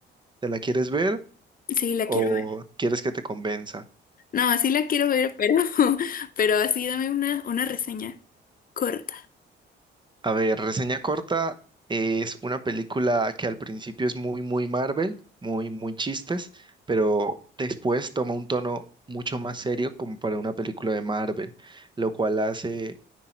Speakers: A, on the right (about 25°); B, on the left (about 45°).
A: ¿Te la quieres ver
B: Sí, la
A: o
B: quiero ver.
A: quieres que te convenza?
B: No, sí la quiero ver, pero, <laughs> pero así dame una, una reseña corta.
A: A ver, reseña corta es una película que al principio es muy, muy Marvel, muy, muy chistes, pero después toma un tono mucho más serio como para una película de Marvel, lo cual hace